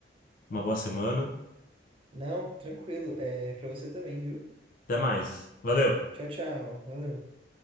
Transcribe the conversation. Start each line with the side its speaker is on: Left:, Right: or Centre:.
Left: uma boa semana.
Right: Não, tranquilo. É pra você também, viu?
Left: Até mais. Valeu!
Right: Tchau, tchau. Valeu.